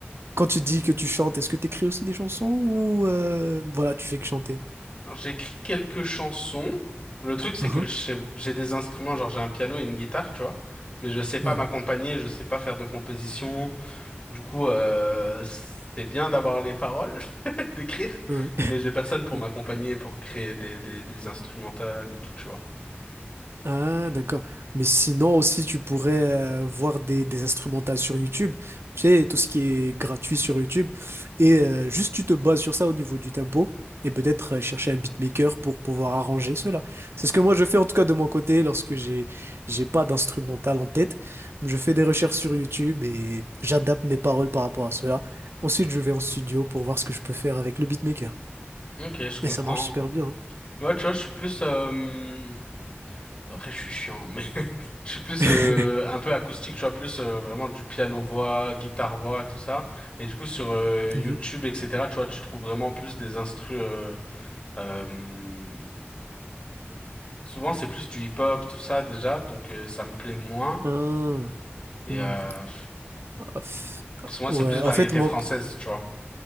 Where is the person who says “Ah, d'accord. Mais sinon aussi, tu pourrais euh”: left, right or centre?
Right